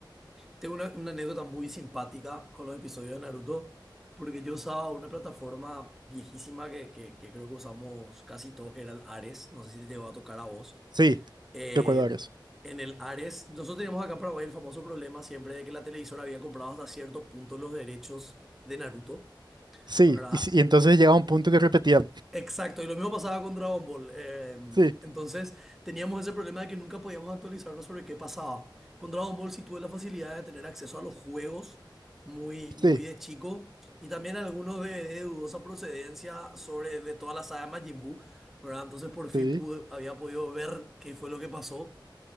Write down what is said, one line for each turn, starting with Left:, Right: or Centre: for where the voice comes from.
Centre: Tengo una, una anécdota muy simpática con los episodios de Naruto, porque yo usaba una plataforma viejísima que, que, que creo que usamos casi todos, que era el Ares. No sé si te llegó a tocar a vos.
Right: Sí,
Centre: Eh,
Right: recuerdo ahora eso.
Centre: en el Ares, nosotros teníamos acá en Paraguay el famoso problema siempre de que la televisora había comprado hasta cierto punto los derechos de Naruto,
Right: Sí,
Centre: ¿verdad?
Right: y, sí- y entonces llegaba un punto que repetía.
Centre: Exacto, y lo mismo pasaba con Dragon Ball. eh,
Right: Sí,
Centre: entonces teníamos ese problema de que nunca podíamos actualizarnos sobre qué pasaba. Con Dragon Ball sí tuve la facilidad de tener acceso a los juegos muy, muy
Right: sí,
Centre: de chico y también algunos de, de dudosa procedencia sobre de toda la saga Majin Buu, ¿verdad? Entonces por fin
Right: sí,
Centre: pude, había podido ver qué fue lo que pasó.